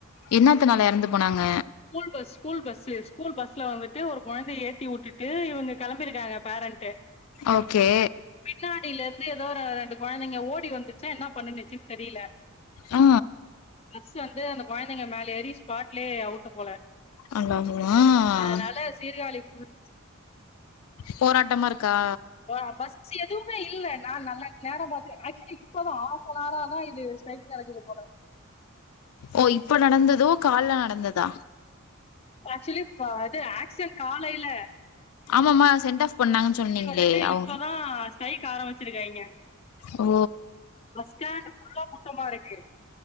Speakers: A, on the left; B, on the left.
A: என்னாத்துனால எறந்து போனாங்க
B: school bus school bus school பஸ்ல வந்துட்டு ஒரு கொழந்தைய ஏத்தி வுட்டுட்டு இவுங்க கெளம்பிருக்காங்க பேரண்ட்டு
A: ஓகே
B: பின்னாடிலருந்து வந்து ஏதோ ரெண்டு கொழந்தைங்க ஓடி வந் துச்சா என்னா பண்ணுனுச்சுன் தெரில
A: ஆ
B: பஸ்ஸு வந்து அந்த கொழந்தைங்க மேலேறி ஸ்பாட்லே அவுட்டு போல
A: அல்லாஹ்வா ஆ
B: அதுனால சீர்காழி புல்
A: போராட்டமா இருக்கா
B: ஆ பஸ் எதுமே இல்ல நா நல்லா நேர பாத்தே ஆக்சுலி இப்பதா ஆஃப்னாரா தா இது ஸட்ரைக் நடக்குது போல
A: ஓ இப்ப நடந்ததோ கால்ல நடந்ததா
B: ஆக்சுலி இப்ப அது ஆக்சிடென்ட் காலைல
A: ஆமாம்மா சென்ட் ஆஃப் பண்ணாங்கன்னு சொன்னீங்களே
B: <unintelligible> வந்துட்டு
A: அவங்
B: இப்பதா ஸ்டைக் ஆரம்பிச்சிருக்காய்ங்க
A: ஓ
B: பஸ் ஸ்டாண்டு் ஃபுல்லா கூட்டமா இருக்கு